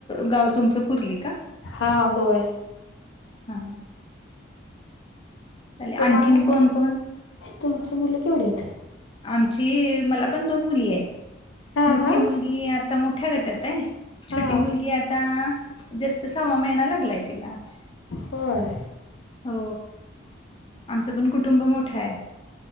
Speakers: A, on the left; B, on the left.
A: गाव तुमचं कुर्ली का.
B: हा होय.
A: हा. चालेल
B: तुम्हाला
A: आणखीन कोण कोण
B: तुमची मुलं केवढी आहेत.
A: आमची मला पण दोन मुली आहेत
B: हां
A: मोठी
B: हां
A: मुलगी आ आ मोठ्या गटात आहे
B: हां
A: छोटी मुलगी आता जस्टच. सव्वा महिना लागलाय तिला.
B: होय
A: हो आमचं पण कुटुंब मोठं आहे.